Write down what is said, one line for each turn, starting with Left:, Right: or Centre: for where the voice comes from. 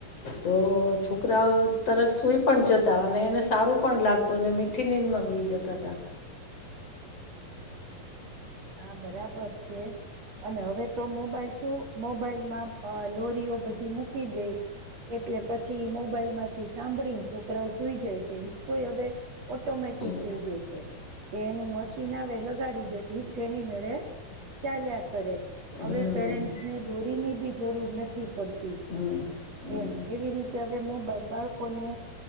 Left: તો છોકરાઓ તરત સુઈ પણ જતા. અને એને સારું પણ લાગતું. અને મીઠી નીંદમાં સુઈ જતાતા.
Right: <inaudible> હા બરાબર છે. અને હવે તો મોબાઈલ શું મોબાઈલમાં અહ લોરીઓ બધી મૂકી દે એટલે પછી મોબાઈલ માંથી સાંભળીને છોકરાઓ સુઈ જાય છે હિચકોઈ હવે ઓટોમે ટેટિક
Left: હમ
Right: થઈ ગયું છે. તે એનું મશીન આવે લગાડી દો હીસકો એની મેળે ચાલ્યા કરે.
Left: હમ
Right: હવે
Left: હમ
Right: પેરેન્ટ્સ ને દોરીની બી જરૂર નથી પડતી.
Left: હમ હમ
Right: એમ એવી રીતે હવે મોબાઈલ બાળકોને